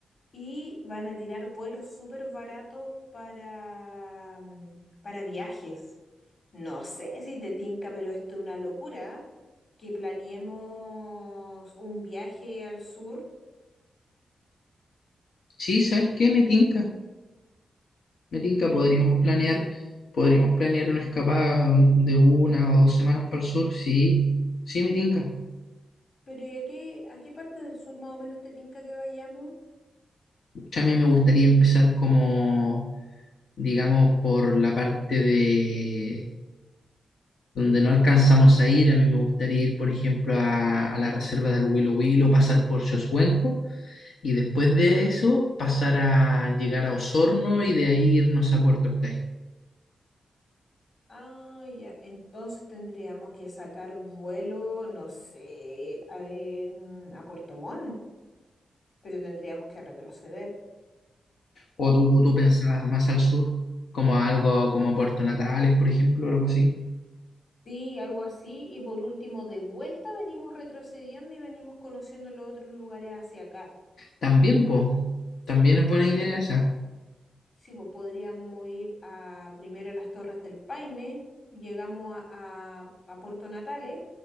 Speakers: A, on the left; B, on the left.
A: y van a tirar vuelos súper baratos para, mm, para viajes. No sé si te tinca, pero esto es una locura. Que planeemos un viaje al sur,
B: Sí, ¿sabes qué? Me tinca, me tinca.
A: ¿te tinca?
B: Podríamos planear, podríamos planear una escapada de una o dos semanas para el sur. Sí, sí, me tinca.
A: Pero ¿y a qué, a qué parte del sur más o menos te tinca que vayamos?
B: Pucha, A mí me gustaría empezar como, digamos, por la parte de donde no alcanzamos a ir. A mí me gustaría ir, por ejemplo, a, a la reserva del Huilo Huilo, pasar por Xoshuenco y después de eso pasar a llegar a Osorno y de ahí irnos a Puerto Octay.
A: Ah, ya. Entonces tendríamos que sacar vuelo, no sé, a ver, a Puerto Montt, pero tendríamos que retroceder.
B: O tú, o tú pensabas más al sur, como algo como Puerto Natales, por ejemplo, algo así.
A: Sí, algo así. Y por último, de vuelta venimos retrocediendo y venimos conociendo los otros lugares hacia acá.
B: También, po, también es buena
A: Sí,
B: idea
A: pues,
B: esa.
A: Sí, pues podríamos ir a, primero a las Torres del Paine, llegamos a, a- a Puerto Natales,